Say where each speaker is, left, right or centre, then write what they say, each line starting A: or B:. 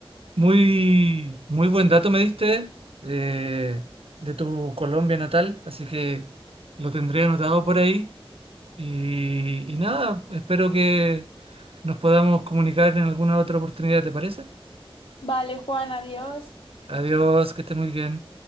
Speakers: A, on the right; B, on the left.
A: Muy, muy buen dato me diste eh, de tu Colombia natal, así que lo tendré anotado por ahí. Y, y nada, espero que nos podamos comunicar en alguna otra oportunidad, ¿te parece?
B: Vale, Juan, adiós.
A: Adiós, que estés muy bien.